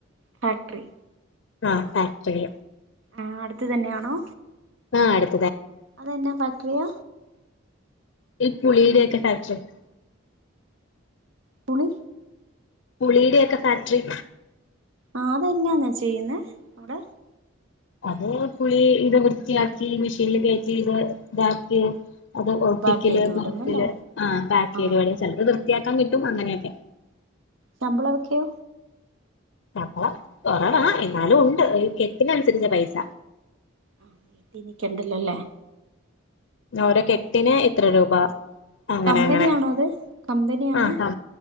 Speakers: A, on the right (about 70°); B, on the left (about 60°).
A: ഫാക്ട്രി.
B: ആ ഫാക്ടറില്.
A: ആ അടുത്ത് തന്നെയാണോ?
B: ആ അടുത്
A: അതെന്നാ ഫാക്ടറിയാ?
B: ഈ പുളിയുടെയൊക്കെ <unintelligible>
A: പുളി?
B: പുളിയുടെ ഒക്കെ ഫാക്ട്രി.
A: ആ അതെന്നാന്നെ ചെയ്യുന്നേ അവിടെ?
B: അത് പുളി ഇത് വൃത്തിയാക്കി മെഷീനിൽ കേറ്റി ഇത് ഇതാക്കി അത് ഒട്ടിക്കല്
A: പാക്ക് ചെയ്ത് വിടും
B: പുറത്തില്
A: അല്ലേ
B: ആ പാക്ക് ചെയ്ത
A: ആ
B: ചെലത് വൃത്തിയാക്കൻ കിട്ടും അങ്ങനെയൊക്കെ.
A: ശമ്പളവൊക്കെയോ?
B: ശമ്പളം കൊറവാ എന്നാലും ഉണ്ട് കെട്ടിനനുസരിച്ച പൈസ.
A: ആ വീട്ടി നിക്കണ്ടല്ലോല്ലേ?
B: ഉം ഒരോ കെട്ടിന് ഇത്ര രൂപ. അങ്ങനെ
A: കമ്പനിയാണോ
B: അങ്ങനെ
A: അത് കമ്പനിയാണോ
B: ആ ആ